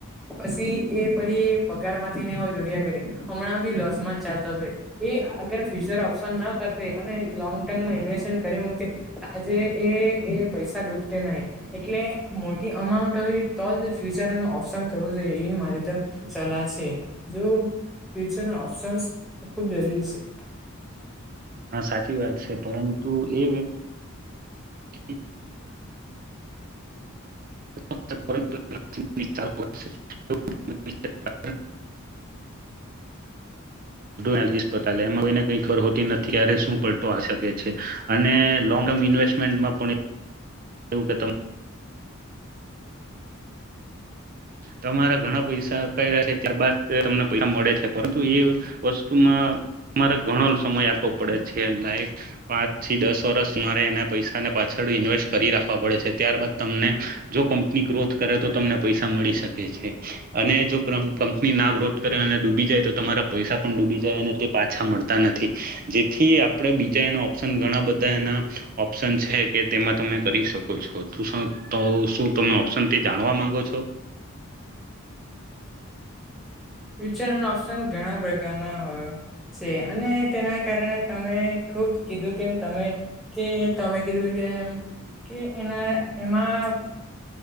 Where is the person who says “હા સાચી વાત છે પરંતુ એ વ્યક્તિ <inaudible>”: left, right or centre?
Right